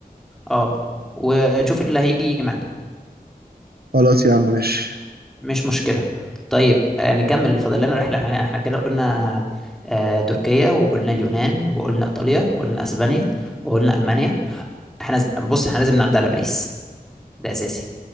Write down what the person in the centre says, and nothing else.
اه ونشوف اللي هيجي يجي معانا
مش مشكلة طيب آه نكمل فاضل لنا رحلة احنا احنا كده قلنا آه تركيا وقلنا اليونان وقلنا ايطاليا وقلنا اسبانيا وقلنا المانيا احنا ز- بص احنا لازم نعدي على باريس ده اساسي